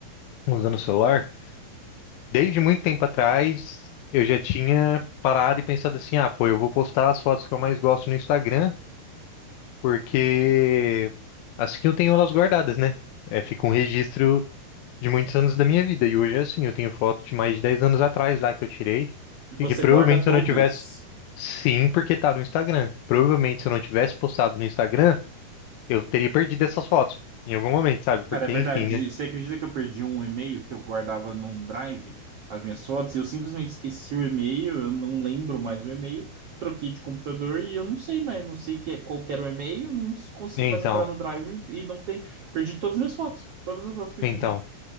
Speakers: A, on the left (about 75°); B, on the right (about 60°).
A: usando o celular, desde muito tempo atrás eu já tinha parado e pensado assim: ah, pô, eu vou postar as fotos que eu mais gosto no Instagram, porque assim eu tenho elas guardadas, né? É, fica um registro de muitos anos da minha vida. E hoje é assim: eu tenho foto de mais de 10 anos atrás lá que eu tirei,
B: E você
A: e que provavelmente
B: guarda todas.
A: se eu não tivesse. Sim, porque tá no Instagram. Provavelmente se eu não tivesse postado no Instagram. eu teria perdido essas fotos em algum momento, sabe?
B: Cara,
A: Porque,
B: é verdade.
A: enfim, né?
B: Você acredita que eu perdi um e-mail que eu guardava num drive, as minhas fotos? e Eu simplesmente esqueci o e-mail, eu não lembro mais o e-mail, troquei de computador e eu não sei mais, não sei que é, qual que era o e-mail, não consigo
A: Então,
B: mais entrar no drive e não tem. Perdi todas as minhas fotos, todas as fotos que eu
A: então.
B: tinha.